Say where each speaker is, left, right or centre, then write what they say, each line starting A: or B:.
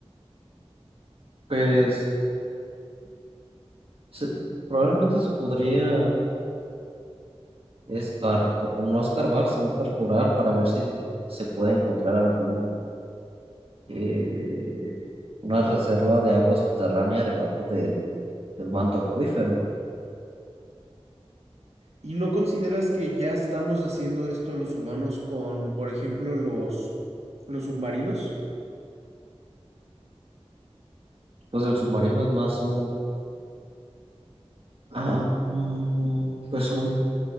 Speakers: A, on the right; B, on the right.
A: Pues se- probablemente se podría Es car- no escarbar, sino perforar para ver si se puede encontrar algún, eh, una reserva de agua subterránea debajo del, del manto acuífero.
B: ¿Y no consideras que ya estamos haciendo esto los humanos con, por ejemplo, los, los submarinos?
A: Pues el submarino es más un, ah, mm, pues un